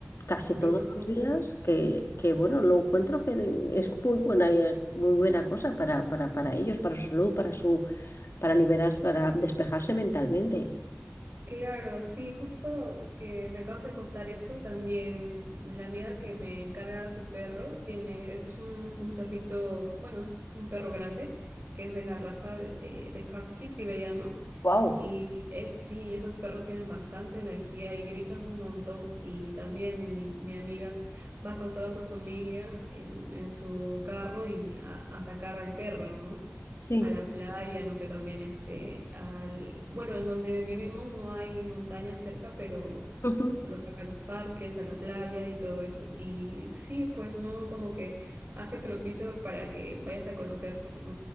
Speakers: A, on the left; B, on the right.
A: casi todos
B: Yo creo.
A: los días, que, que, bueno, lo encuentro que de- es muy buena, eh, muy buena cosa para, para, para ellos, para su salud, para su, para liberarse, para despejarse mentalmente.
B: Claro, sí, justo que me acabas de contar eso, también la amiga que me encarga a su perro tiene, es un, un perrito, bueno, es un perro grande, que es de la raza de, de- de husky siberiano,
A: Wow.
B: y eh, sí, esos perros tienen bastante energía y gritan un montón, y también mi, mi amiga va con toda su familia en, en su carro y a, a sacar al perro, ¿no?
A: Sí.
B: a la playa, no sé, también este, al, bueno, en donde vivimos no hay montañas cerca, pero
A: <laughs>
B: se lo saca a los parques, a la playa y todo eso. Y sí, pues no, como que hace propicio para que vayas a conocer mm,